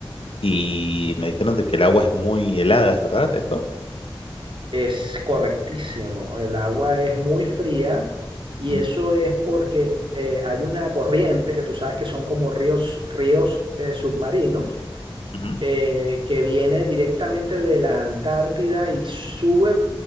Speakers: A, on the left; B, on the right.
A: y me dijeron de que el agua es muy helada, ¿es verdad eso?
B: Es correctísimo. El agua es muy fría y
A: Ujú,
B: eso es porque eh, hay una corriente que tú sabes que son como ríos, ríos eh, submarinos
A: ujú.
B: eh, que viene directamente de la Antártida y sube